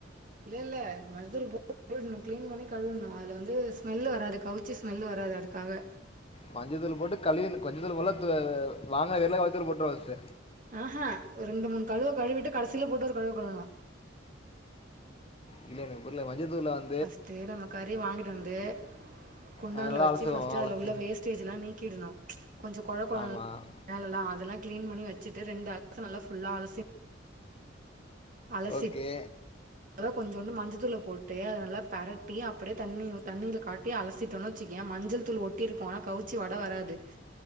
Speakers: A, on the right (about 45°); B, on the left (about 30°).
A: இல்ல இல்ல மஞ்தூள் போட் ட்னு கிளீன் பண்ணி கழுவிட்ணு அதுல வந்து ஸ்மெல்லு வராது கவுச்சி ஸ்மெல்லு வராது அதுக்காக
B: மஞ்சத்தூள் போட்டு கழுவிற்ன்னு கொஞ்சதூர் வளத்து வாங்கா எள்லா வந்துரு போட்டுருவ அட்த்து
A: ஆ ஹா ஒரு ரெண்டு மூணு கழுவ கழுவிட்டு கடைசியில போட்டு ஒரு கழுவ கழுவ்ணு
B: இல்ல என்கு புரில மஞ்சதூல அந்
A: ஃபஸ்ட்டு நம்ம கறி வாங்கிட்டு வந்து குண்டான்ல
B: அஹ், நல்லா
A: வச்சு
B: அலசுவோம்
A: ஃபஸ்ட்டு
B: அலசு
A: அதில உள்ள வேஸ்ட் டேஜ்ல்லா நீக்கிடனுகொஞ்ச கொழ கொழன்
B: ஆமாம்
A: வேலல்லா அதல்லா கிளீன் பண்ணிவச்சிட்டு ரெண்டு அலசு நல்லா ஃபுல்லா அலசி அலசிட்
B: ஓகே
A: அத கொஞ்சோண்டு மஞ்சத்தூள போட்டு அத நல்லா பெரட்டி அப்டியே தண்ணி தண்ணியில காட்டி அலஸ் சிட்டோன்னு வச்சுக்கயே மஞ்சள் தூள் ஒட்டி இருக்கு ஆனா கவுச்சி வாட வராது